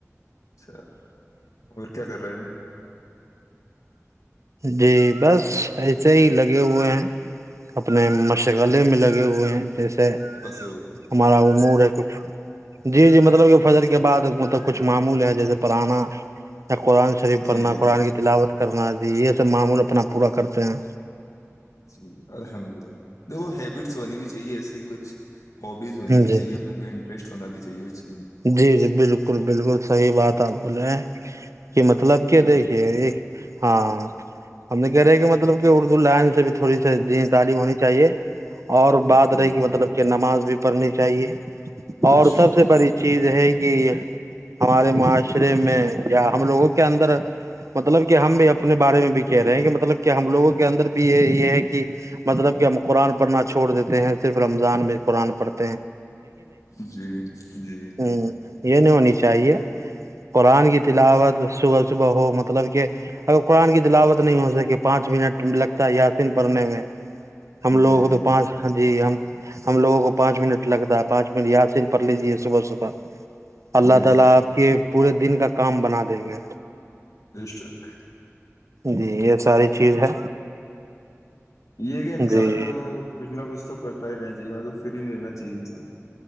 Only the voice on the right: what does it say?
جی بس ایسے ہی لگے ہوئے ہیں اپنے مشغلے میں لگے ہوئے ہیں جیسے سے
ہمارا مور ہے کچ جی جی مطلب کہ فجر کے بعد مطلب کچھ معمول ہے جیسے پرانا یا قرآن شریف پڑنا
قرآن
کی تلاوت کرنا یہ سب معمول اپنا پورا کرتے ہیں
جی
جی جی بالکل بالکل صحیح بات آپ بولے ہ <inaudible> کہ مطلب کہ دیکھیے
ایک ہاں ہم کہہ رہ ہیں کہ مطب کہ اردو لائن سے بھی تھوڑی س ج تعلیم ہونی چاہیے اور
بات رہی کہ مطلب کہ نماز بھی پڑھنی چاہیے
اور
سب سے بڑی <unintelligible> کہ ہمارے معاش معشرے میں یا ہم لوگوں کے اندر مطلب کہ ہم بھی اپنے بارے میں بھی کہہ رہے ہیں کہ مطلب کہ ہم لوگوں کے اندر بھی یہ یہ ہے کہ مطلب کہ ہم قرآن پڑھنا چھوڑ دیتے ہیں صرف رمضان میں قرآن پرڑھ
ہ یہ نہیں ہونی چاہیے قرآن کی تلاوت صبح صبح ہو مطلب کہ اگر قرآن کی تلاوت نہیں ہو سکی پانچ منٹ لگتا ہے یاسین پڑھنے میں ہم لوگوں
کو تو پانچ جی ہم ہم لوگوں کو پانچ منٹ لگتا ہے پانچ منٹ یاسین پ لیجیے صبح صبح اللہ
تعالی اپ کے پورے دن کا کام بنا دیں گے
جی یہ ساری چیز ہے
جی